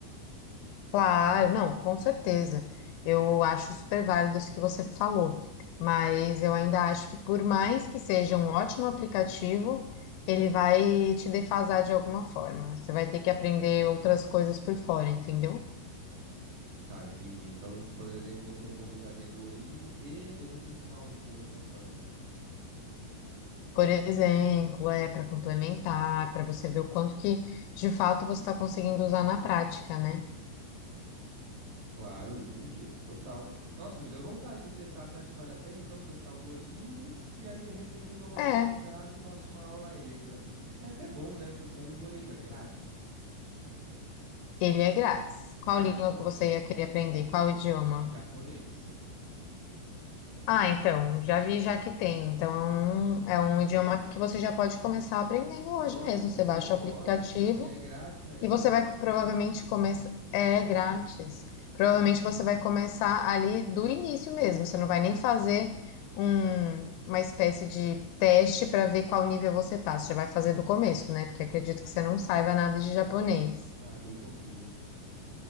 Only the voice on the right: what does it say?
Tá, entendi. Então, por exemplo, você recomendaria Duolingo e, de repente, uma aula de conversação.
Claro, entendi. Total. Nossa, me deu vontade de testar. Você acha que vale a pena, então, testar o Duolingo? E aí, de repente, eu dou uma pesquisada
e faço uma aula extra, assim. É até bom, né? Porque aí o Duolingo é grátis.
Ah,
então.
Japonês.
Nossa,
show
de bola.
E é grátis ainda,
né?
Ah, bem pouquinho.